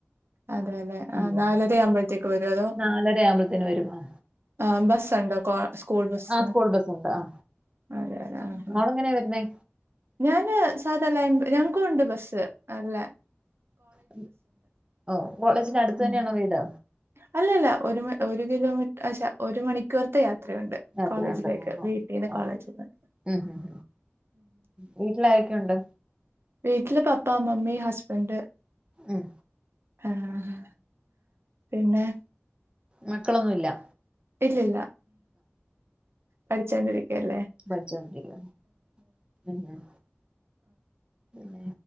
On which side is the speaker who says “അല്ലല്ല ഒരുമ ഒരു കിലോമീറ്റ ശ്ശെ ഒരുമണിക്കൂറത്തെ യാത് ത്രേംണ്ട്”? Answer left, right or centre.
Right